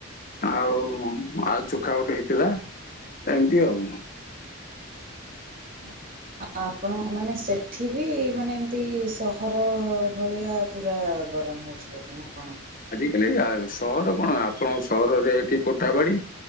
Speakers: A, on the left (about 40°); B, on the right (about 40°).
A: ଆଉ ଆଉ ଚୋଖା ଗୋଟେ ହେଇଥିଲା ଏମିତି ଆଉ।
B: <inaudible> ଆ ଆପଣ ମାନେ ସେଠି ବି ମାନେ ଏମିତି ସହର ଭଳିଆ ପୁରା ଗରମ ହେଉଛି ବୋଧେ ନା କଣ?
A: ହେଲେ ସହର କଣ ଆପଣଙ୍କ ସହରରେ ଏଠି କୋଠା ବାଡି